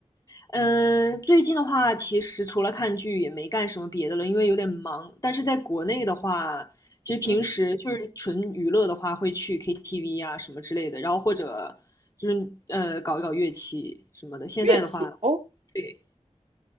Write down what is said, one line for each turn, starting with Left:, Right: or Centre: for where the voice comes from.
Left: 嗯，最近的话，其实除了看剧也没干什么别的了，因为有点忙。但是在国内的话，其实平时就是纯娱乐的话，
Right: 嗯，
Left: 会去 KTV 啊什么之类的，然后或者就是呃搞一搞乐器什么的。现在的话，
Right: 乐器哦，
Left: 对，